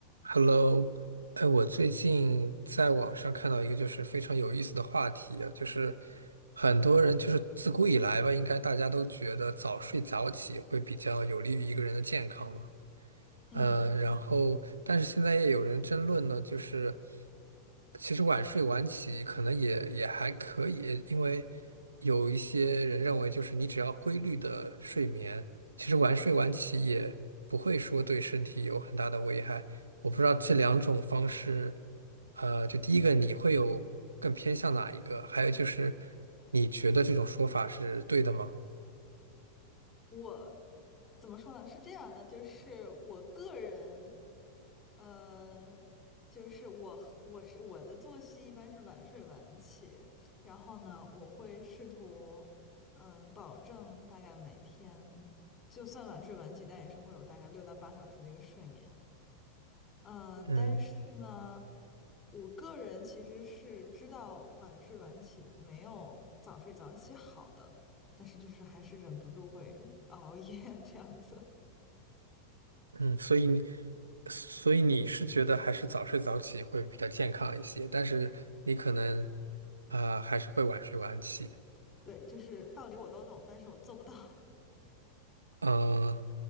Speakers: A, on the right; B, on the left.
A: Hello，哎，我最近在网上看到一个就是非常有意思的话题啊，就是很多人就是自古以来吧，应该大家都觉得早睡早起会比较有利于一个人的健康嘛。
B: 嗯
A: 呃，然后但是现在也有人争论呢，就是其实晚睡晚起可能也也还可以，因为有一些人认为，就是你只要规律的睡眠，其实晚睡晚起也不会说对身体有很大的危害。我不知道这两种方式，呃，就第一个你会有更偏向哪一个？还有就是你觉得这种说法是对的吗？
B: 我怎么说呢？是这样的，就是我个人，呃，就是我和我是我的作息一般是晚睡晚起，然后呢，我会试图，嗯、保证大概每天，就算晚睡晚起，但也是会有大概六到八小时的一个睡眠。嗯，
A: 嗯
B: 但是呢，我个人其实是知道晚睡晚起没有早睡早起好的，但是就是还是忍不住会熬夜 <laughs> 这样子。
A: 嗯，所以你所以你是觉得还是早睡早起会比较健康一些，但是你可能啊、还是会晚睡晚起。
B: 对，就是道理我都懂，但是我做不到。
A: 嗯、